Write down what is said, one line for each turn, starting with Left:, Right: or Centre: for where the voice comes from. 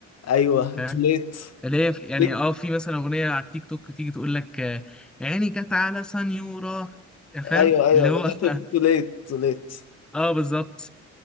Left: ايوه
Centre: فاهم؟
Left: تو ليت
Centre: اللي هي في- يعني
Left: ليك
Centre: اه في مثلا أغنية على التيك توك تيجي تقول لك آه، عيني جت على سنيورة فاهم؟
Left: ايوه ايوه
Centre: اللي هو <laughs>
Left: تو ليت تو ليت
Centre: اه بالظبط